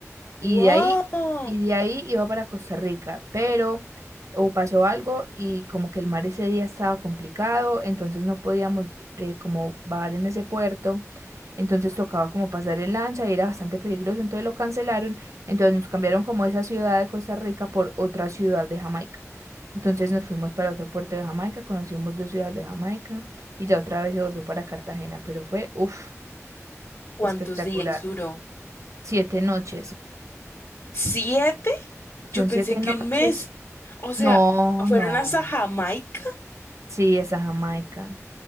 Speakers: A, on the right (about 70°); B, on the left (about 55°).
A: y
B: ¡Wow!
A: de ahí y de ahí iba para Costa Rica, pero o pasó algo y como que el mar ese día estaba complicado, entonces no podíamos eh, como bajar en ese puerto entonces tocaba como pasar el lancha y era bastante peligroso, entonces lo cancelaron, entonces nos cambiaron como esa ciudad de Costa Rica por otra ciudad de Jamaica. Entonces nos fuimos para otro puerto de Jamaica, conocimos dos ciudades de Jamaica y ya otra vez se volvió para Cartagena, pero fue, uff,
B: ¿Cuántos
A: espectacular.
B: días duró?
A: Siete noches,
B: ¿Siete? Yo
A: son
B: pensé
A: siete
B: que
A: noches.
B: un mes. O sea,
A: No,
B: ¿fueron
A: no,
B: hasta Jamaica?
A: sí, esa Jamaica.